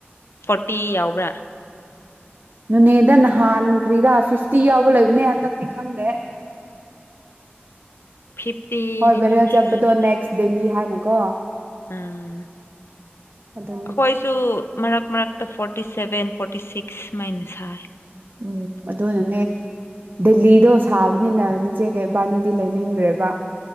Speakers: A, on the left (about 75°); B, on the right (about 45°).
A: ꯐꯣꯔꯇꯤ ꯌꯥꯎꯕ꯭ꯔꯥ
B: ꯅꯨꯅꯦꯗ ꯅꯍꯥꯟꯈ꯭ꯔꯤꯔꯥ ꯐꯤꯐꯇꯤ ꯌꯥꯎꯕ ꯂꯩꯕꯅꯦ ꯍꯟꯗꯛꯇꯤ ꯈꯪꯗꯦ
A: ꯐꯤꯞꯇꯤꯗꯤ
B: ꯍꯣꯏ ꯕꯦꯔꯦꯜ
A: ꯃꯤ ꯁꯤꯅꯤ꯫
B: ꯆꯠꯄꯗꯣ ꯅꯦꯛꯁ ꯗꯦꯜꯂꯤ ꯍꯥꯏꯅꯀꯣ
A: ꯎꯝ
B: ꯑꯗꯨꯅꯦ
A: ꯑꯈꯣꯏ ꯁꯨ ꯃꯔꯛ ꯃꯔꯛꯇ ꯐꯣꯔꯇꯤ ꯁꯦꯚꯦꯟ ꯐꯣꯔꯇꯤ ꯁꯤꯛꯁ ꯁꯨꯃꯥꯏꯅ ꯁꯥꯏ
B: ꯎꯝ ꯑꯗꯨꯅꯅꯦ ꯗꯦꯜꯂꯤꯗꯣ ꯁꯥꯕꯅꯤꯅ ꯏꯆꯦꯒ ꯏꯕꯥꯅꯤꯗꯤ ꯂꯩꯅꯤꯡꯗ꯭ꯔꯦꯕ